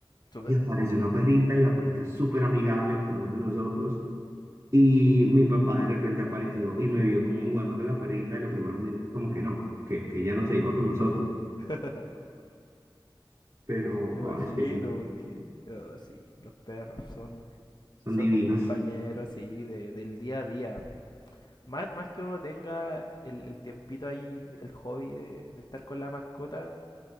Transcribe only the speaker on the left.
súper.
<laughs>
Me
imagino,
porque ah, sí, los perros son,
son
un compañero así de, del día a día. Más, más que uno tenga el, el tiempito ahí, el hobby de, de estar con la mascota,